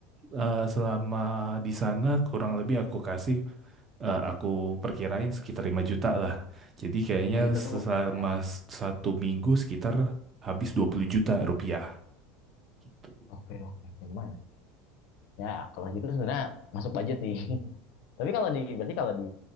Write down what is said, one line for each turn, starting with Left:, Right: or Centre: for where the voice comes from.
Right: eh, selama di sana kurang lebih aku kasih eh, aku perkirain sekitar 5 juta lah. Jadi kayaknya
Left: 5 juta tuh buat
Right: selama
Left: ya
Right: s- satu minggu sekitar habis 20 juta rupiah gitu.
Left: Oke oke. oke. Gimana? ya kalau gitu sebenarnya masuk budget nih. <laughs> Tapi kalau di berarti kalau di